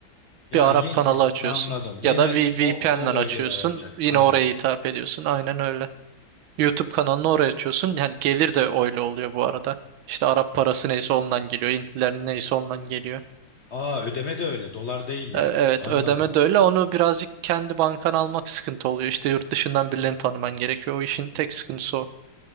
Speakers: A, on the left; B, on the right.
A: Ya,
B: Bir Arap
A: y-
B: kanalı
A: y-
B: açıyorsun.
A: anladım. Yine
B: Ya da V-
A: y-
B: VPN'le
A: o o bölgede
B: açıyorsun.
A: alınacak.
B: Yine
A: Anladım.
B: oraya hitap ediyorsun. Aynen öyle. YouTube kanalını oraya açıyorsun. Yani gelir de öyle oluyor bu arada. İşte Arap parası neyse ondan geliyor. Hintlilerin neyse ondan geliyor.
A: Aa ödeme de öyle. Dolar değil yani.
B: E, Evet
A: Anladım.
B: ödeme de öyle. Onu birazcık kendi bankana almak sıkıntı oluyor. İşte yurt dışından birilerini tanıman gerekiyor. O işin tek sıkıntısı o.